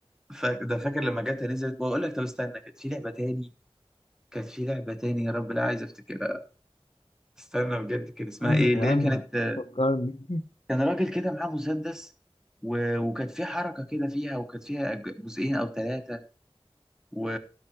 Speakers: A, in the centre; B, on the left (about 70°).
A: فا- ده فاكر لما جاتها نزلت واقول لك طب استنى كانت في لعبه تاني كانت في لعبة تاني يا رب لا عايز افتكرها استنى بجد كان اسمها
B: انهو
A: ايه اللي هي
B: انهو
A: كانت
B: فكرني
A: كان راجل كده معاه مسدس و... وكانت في حركة كده فيها وكانت فيها أج- جزئين او ثلاثة و